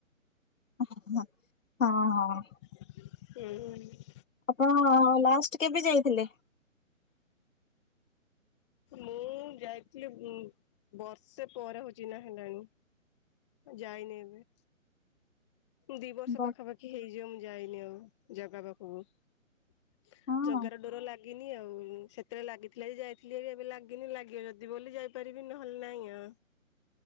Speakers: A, on the left; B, on the left.
A: <unintelligible> ହଁ ହଁ।
B: ହୁଁ ହୁଁ।
A: ଆପଣ ଲାଷ୍ଟ୍ କେବେ ଯାଇଥିଲେ?
B: ମୁଁ ଯାଇଥିଲି ଉଁ ବର୍ଷେ ପରେ ହଉଛି ନା ହେଲାଣି। ଯାଇନି ଏବେ। ଦି ବର୍ଷ
A: ବଟ୍
B: ପାଖାପାଖି ହେଇଯିବ ମୁଁ ଯାଇନି ଆଉ ଜଗା ପାଖକୁ।
A: ହଁ।
B: ଜଗାର ଡୋର ଲାଗିନି ଆଉ। ସେତେବେଳେ ଲାଗିଥିଲା ଯେ ଯାଇଥିଲି ହାରି ଏବେ ଲାଗିନି ଲାଗିବ ଯଦି ବୋଲି ଯାଇ କରିବି ନହେଲେ ନାଇଁ ଆଉ।